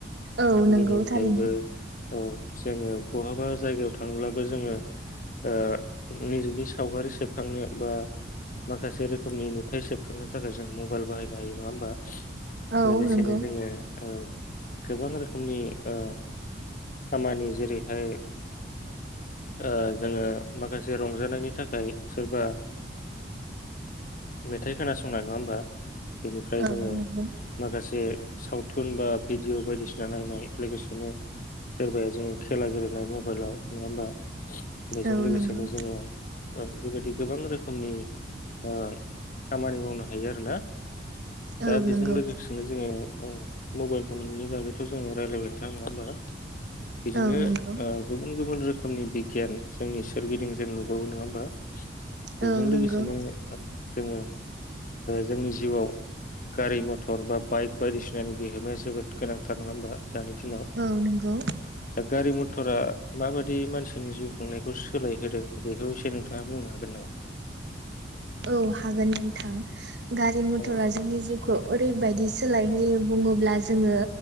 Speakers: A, on the right; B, on the left.
A: औ, नंगौ
B: बेनि अनगायैबो
A: थारैनो।
B: औ, जोङो बहाबा जायगायाव थाङोब्लाबो जोङो ओ निजेनि सावगारि सेबखांनायाव बा माखासे रोखोमनि नुथाय सेबखांनो थाखाय जों मबाइल बाहायनो हायो नङा होमबा?
A: औ
B: लोगोसेनो
A: नंगौ
B: जोङो ओ गोबां रोखोम रोखोमनि ओ खामानि जेरैहाय ओ जोङो माखासे रंजानायनि थाखाय सोरबा मेथाइ खोनासंनाय नङा होमबा बेनिफ्राय जोङो
A: औ नंगौ
B: माखासे सावथुन बा भिडिअ बायदिसिना जा नायनाय लोगोसेनो सोरबाया जोङो खेला गेलेनाय मबाइलाव नङा होमबा बेजों
A: औ
B: लोगोसेनो
A: नंगौ
B: जोङो बेबायदि गोबां रोखोमनि खामानि मावनो हायो आरोना दा
A: औ
B: बेजों
A: नंगौ
B: लोगोसेनो जोङो औ मबाइल फननि बागै खौ जों रायलायबाय नोंथां नङा होमबा बिदिनो
A: औ नंगौ
B: ओ गुबुन गुबुन रोखोमनि बिगियान जोंनि सोरगिदिं जों नुबावो नङा होमबा बेजों
A: औ
B: लोगोसेनो
A: नंगौ
B: जोङो जोंनि जिउआव गारि मथर बा बाइक बायदिसिनानि बिहोमाया जोबोद गोनां थार नङा होनोमा दानि दिनाव दा
A: औ नंगौ
B: गारि मथर मटरा माबायदि मानसिनि जिउ खांनायखौ सोलायहोदों बेखौ एसे नोंथाङा बुंनो हागोन नामा
A: औ हागोन नोंथां गारि
B: नामा?
A: मथरा जोंनि जिउखौ ओरैबायदि सोलायहयो बुङोब्ला जोङो